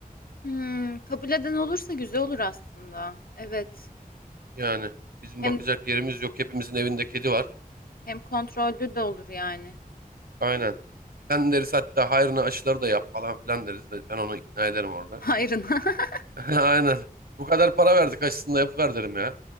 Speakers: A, on the left (about 75°); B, on the right (about 80°).
A: Hmm, kabul eden olursa güzel olur aslında. Evet.
B: Yani bizim
A: Hem
B: bakacak yerimiz yok. Hepimizin evinde kedi var.
A: hem kontrollü de olur yani.
B: Aynen. Sen deriz hatta hayrına aşıları da yap falan filan deriz. Ben ben onu ikna ederim orada.
A: <laughs> Hayrına. <laughs>
B: <laughs> Aynen. Bu kadar para verdik aşısını da yapıver derim ya.